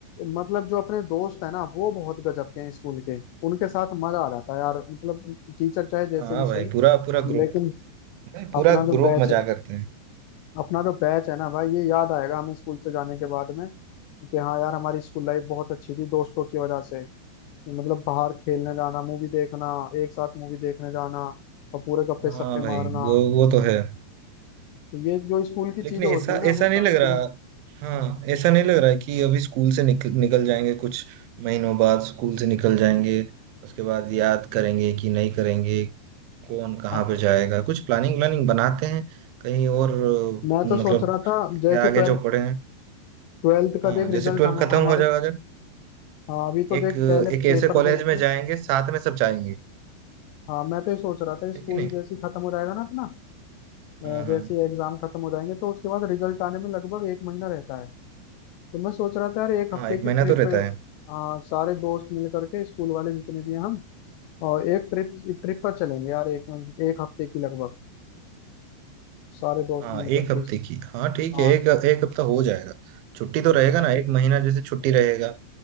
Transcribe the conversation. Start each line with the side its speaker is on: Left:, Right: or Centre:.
Left: मतलब जो अपने दोस्त है ना वो बहुत गजब के हैं स्कूल के उनके साथ मजा आ जाता है यार मतलब टीचर चाहे जैसे
Right: हाँ
Left: भी सही
Right: भाई पूरा पूरा ग्रुप
Left: लेकिन
Right: भाई पूरा
Left: अपना जो
Right: ग्रुप
Left: बैच
Right: मजा
Left: है
Right: करते हैं
Left: अपना जो बैच है ना भाई ये याद आएगा हमें स्कूल से जाने के बाद में कि हाँ यार हमारी स्कूल लाइफ बहुत अच्छी थी दोस्तों की वजह से मतलब बाहर खेलने जाना मूवी देखना एक साथ मूवी देखने जाना और पूरे गप्पे
Right: हाँ
Left: सप्पे
Right: भाई
Left: मारना
Right: वो वो तो है
Left: तो ये जो स्कूल की
Right: लेकिन
Left: चीजें
Right: ऐसा
Left: होती है ना
Right: ऐसा
Left: वो
Right: नहीं
Left: सारी
Right: लग रहा
Left: चीज
Right: हाँ ऐसा नहीं लग रहा है कि अभी स्कूल से निकल निकल जाएंगे कुछ महीनों बाद स्कूल से निकल जाएंगे उसके बाद याद करेंगे कि नहीं करेंगे कौन कहाँ
Left: हाँ
Right: पर जाएगा कुछ प्लानिंग व्लानिंग बनाते हैं कहीं और
Left: मैं
Right: अ, मतलब
Left: तो सोच रहा था
Right: इसके
Left: जैसे
Right: आगे
Left: ट्वेल्थ
Right: जो पढ़े हैं
Left: ट्वेल्थ का
Right: हाँ
Left: देख
Right: जैसे
Left: रिजल्ट
Right: ट्वेल्थ
Left: हम
Right: खत्म
Left: हमारे
Right: हो जाएगा जब
Left: हाँ अभी तो देख
Right: एक
Left: पहले
Right: एक
Left: पेपर
Right: ऐसे कॉलेज
Left: दे लेते
Right: में
Left: हैं
Right: जाएंगे साथ में सब जाएंगे
Left: हाँ मैं तो ये सोच रहा था
Right: है
Left: स्कूल
Right: कि नहीं
Left: जैसे ही खत्म हो जाएगा ना अपना अ,
Right: हाँ हाँ
Left: जैसे ही एग्जाम खत्म हो जाएंगे तो उसके बाद रिजल्ट आने में लगभग एक महीना रहता है तो मैं सोच रहा था यार एक
Right: हाँ
Left: हफ्ते
Right: एक
Left: की
Right: महीना
Left: ट्रिप
Right: तो रहता है
Left: हाँ सारे दोस्त मिल करके स्कूल वाले जितने भी हैं हम और एक ट्रिप ट्रिप पर चलेंगे यार एक एक हफ्ते की लगभग सारे दोस्त
Right: हाँ
Left: मिल करके
Right: एक हफ्ते
Left: इस-
Right: की हाँ ठीक
Left: हाँ
Right: है एक एक हफ्ता हो जाएगा छुट्टी तो रहेगा ना एक महीना जैसे छुट्टी रहेगा